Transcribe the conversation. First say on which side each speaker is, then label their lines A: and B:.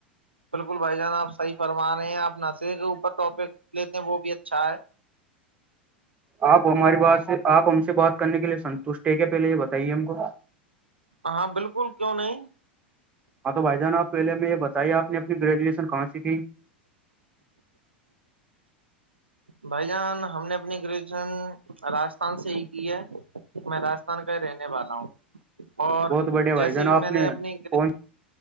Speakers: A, on the right; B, on the right.
A: بالکل بھائی جان آپ صحیح فرما رہے ہیں آپ نشرے کے اوپر ٹاپک لیتے ہیں وہ بھی اچھا ہے
B: آپ ہماری بات سے آپ ہم سے بات کرنے کے لیے سنتشٹ ٹھیک ہے پہلے یہ بتائیے ہم کو
A: ہاں بالکل کیوں نہیں
B: ہاں تو بھائی جان آپ پہے ہم میں یہ بتائی آپ نے اپنی گریجویشن کہاں سی تھی
A: بھائی جان ہم نے اپنی گریجویشن راجستھان سے ہی کی ہے میں راستھان کا ہی رہنے والا ہوں اور
B: بہت بڑھیا
A: جیسے
B: بھائی جان آپ
A: میں نے اپنی
B: کون